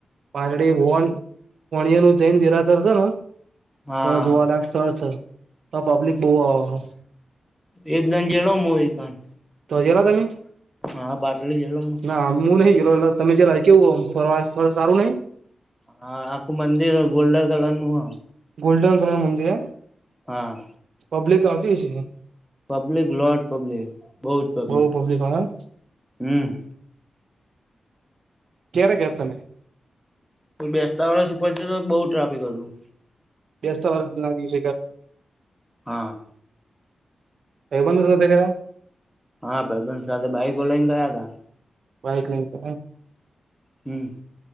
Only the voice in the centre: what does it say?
હા
એકદ જેલોમ એ પણ
હા પાટલું જેલોનું.
હા આખું મંદિર ગોલ્ડન કલર નું હો
હા
પબ્લિક લોટ પબ્લિક બૌ જ પબ્લિક
હમ્મ
બેસ્તા વરસ ઉપર છે તો બહુ ટ્રાફિક હતું
હા
હા પ્રબંધ સાથે બાઈકો લઈને ગયા
હમ્મ